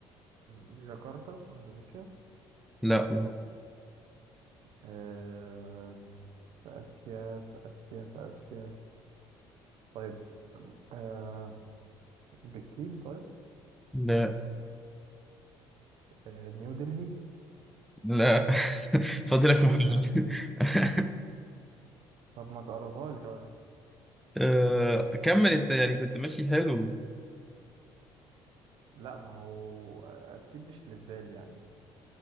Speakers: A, on the right; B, in the centre.
A: جاكرتا إندونيسيا
B: لا لا
A: آه في آسيا في آسيا في آسيا طيب آه بكين طيب
B: لا
A: آه نيو دلهي
B: لا <laughs> فاضلك
A: إيه
B: محاولة
A: يا عم
B: <laughs>
A: طب ما تقربها لي طيب
B: آه، كمل انت يعني كنت ماشي حلو
A: لا ما هو اكيد مش اللي في بالي يعني